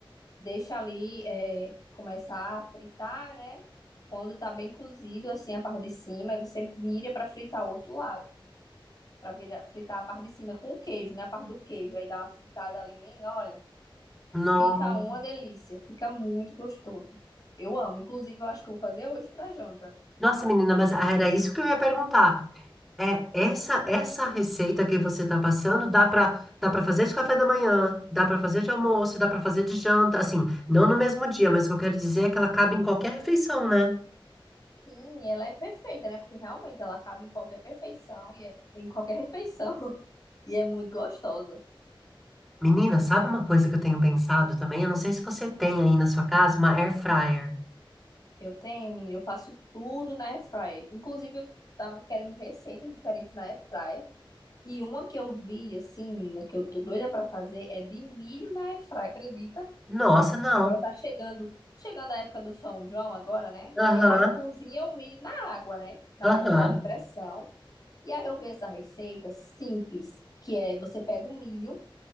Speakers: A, on the left; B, in the centre.
A: Deixa ali é, começar a fritar, né? Quando tá bem cozido, assim, a parte de cima, aí você vira para fritar o outro lado. Para fritar a parte de cima com o queijo, né? A parte do queijo. Aí dá uma fritada ali, menina, olha.
B: No-
A: Fica uma delícia, fica muito gostoso. Eu amo. Inclusive, eu acho que eu vou fazer hoje para janta.
B: Nossa, menina, mas era isso que eu ia perguntar. É, essa essa receita que você está passando dá para dá para fazer de café da manhã, dá para fazer de almoço, dá para fazer de janta, assim, não no mesmo dia, mas o que eu quero dizer é que ela cabe em qualquer refeição, né?
A: Sim, ela é perfeita, né? Porque realmente ela cabe em qualquer perfeição e é, em qualquer refeição <laughs> e é muito gostosa.
B: Menina, sabe uma coisa que eu tenho pensado também? Eu não sei se você tem aí na sua casa uma air fryer.
A: Eu tenho, menina, eu faço tudo na airfryer. Inclusive, eu tava querendo receitas diferentes na airfryer e uma que eu vi assim, menina, que eu tô doida pra fazer é de milho na airfryer, acredita?
B: Nossa, não.
A: Agora tá chegando, chegando a época do São João agora, né?
B: Aham,
A: E a gente cozinha o milho na água, né? Na
B: aham.
A: panela de pressão. E aí eu vi essa receita simples, que é você pega o milho